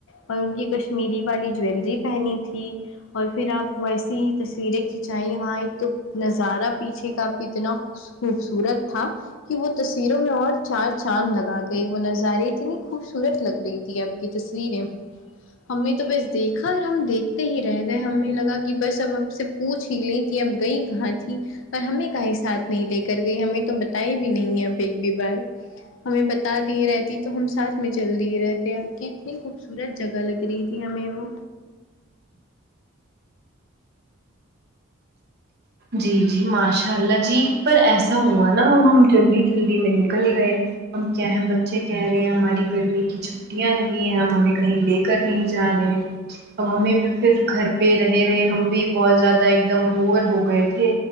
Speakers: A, on the left; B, on the right.
A: اور ان کی کشمیری والی جویلری پہنی تھی اور پھر آپ ویسی تصویریں کھینچائیے وہاں ایک تو نظارہ پیچھے کا کتنا خوبصورت تھا کہ وہ تصویروں میں اور چار چاند لگا گئے وہ نظارے اتنی خوبصورت لگ رہی تھی اب تصویریں ہم نے تو بس دیکھا اور ہم دیکھتے ہی رہ گئے ہمیں لگا کہ بس اب آپ سے پوچھ ہی لیں کہ اب گئی کہاں تھی پر ہمیں کہیں ساتھ نہیں لے کر گئی ہمیں تو بتا آئی بھی نہیں ہے اپ ایک بھی بار ہمیں بتا دیے رہتی تو ہم ساتھ میں چل دیے رہتے آپ کے اتنی خوبصورت جگہ لگ رہی تھی ہمیں وہ
B: جی جی ماشاء اللہ جی پر ایسا ہوا نا اب ہم جلدی جلدی میں نکل گئے اب کیا ہیں بچے کہہ رہے ہیں ہماری گرمی کی چ ھٹیاں لگی ہیں ممی کہیں لے کر نہیں جا رہے اب ہمیں بھی پھر گھر پہ رہے رہے ہم بھی بہت زیادہ ایک دم بور ہو گئے تھے